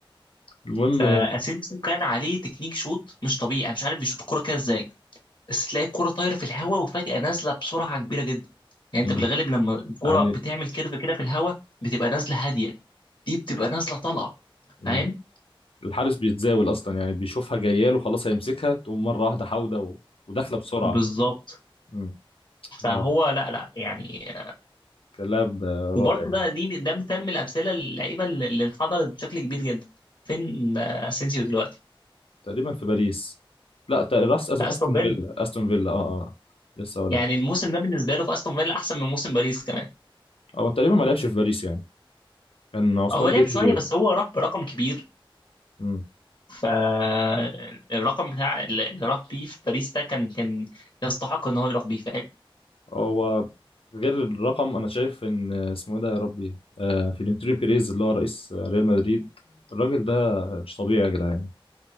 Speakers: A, on the left (about 80°); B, on the left (about 55°).
A: المهم
B: فاسينسيو كان عليه تكنيك شوت مش طبيعي انا مش عارف بيشوط الكوره كده ازاي بس تلاقي الكوره طايره في الهواء وفجاه نازله بسرعه كبيره جدا يعني
A: م.
B: انت بالغالب لما الكوره
A: يعني
B: بتعمل كيرف كده في الهواء بتبقى نازله هاديه دي بتبقى نازله طالعه
A: م.
B: فاهم
A: الحارس بيتزاول اصلا يعني بيشوفها جايه له خلاص هيمسكها تقوم مره واحده حاوده و... وداخله بسرعه
B: بالظبط
A: امم لا
B: فهو لا لا يعني
A: كلاعب آه، رائع
B: وبرضه ده دي ده مثال من الامثله اللعيبه اللي اللي انحدرت بشكل كبير جدا فين آه، اسينسيو دلوقتي
A: تقريبا في باريس لا تق- راس أز-
B: في استون
A: استون
B: فيلا
A: فيلا استون فيلا اه اه لسه اقول
B: يعني
A: لك.
B: الموسم ده بالنسبه له في استون فيلا احسن من موسم باريس كمان
A: هو تقريبا ما لعبش في باريس يعني كان عثمان
B: هو لعب
A: ديمبلي
B: شويه بس هو راح برقم كبير
A: امم
B: فالرقم بتاع اللي راح بيه في باريس ده كان كان يستحق ان هو يروح بيه فاهم
A: هو غير الرقم انا شايف ان اسمه ايه ده يا ربي آه فلورنتينو بيريز اللي هو رئيس آه، ريال مدريد الراجل ده مش طبيعي يا جدعان